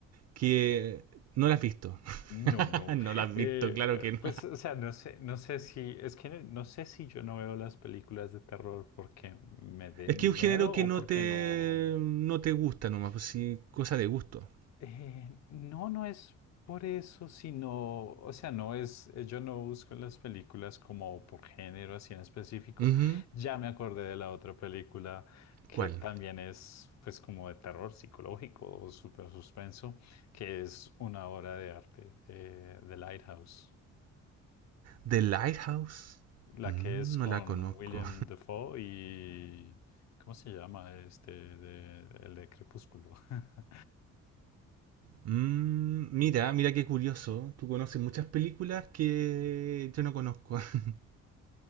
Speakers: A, on the right; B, on the left.
A: que no la has visto. <laughs>
B: No, no.
A: No la has
B: Eh,
A: visto, claro que no.
B: pues, o sea, no sé, no sé si, es que no sé si yo no veo las películas de terror porque me den
A: Es que es
B: miedo
A: un género que
B: o
A: no
B: porque
A: te,
B: no.
A: no te gusta nomás, pues sí, cosa de gusto.
B: Eh, no, no es por eso, sino, o sea, no es, eh, yo no busco las películas como por género así en específico.
A: Ujú.
B: Ya me acordé de la otra película que
A: ¿Cuál?
B: también es, pues, como de terror psicológico o super suspenso, que es una obra de arte, eh, The Lighthouse.
A: The Lighthouse.
B: La
A: Mm,
B: que es con
A: no la conozco.
B: William Dafoe y... ¿Cómo se llama este? de- el de Crepúsculo. <laughs>
A: Mm, mira, mira qué curioso. Tú conoces muchas películas que yo no conozco. <laughs>